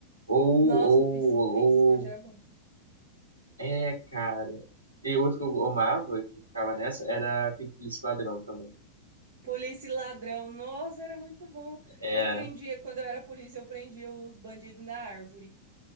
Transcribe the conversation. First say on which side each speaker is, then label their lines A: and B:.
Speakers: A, on the right (about 80°); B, on the right (about 60°).
A: Ou,
B: Nossa,
A: ou,
B: o pis- pique-esconde era bom.
A: É, cara. E outro que eu amava, que ficava nessa, era Pique Polícia e Ladrão também.
B: Polícia e ladrão. Nossa, era muito bom.
A: É.
B: Eu prendia, quando eu era polícia, eu prendia os bandidos na árvore.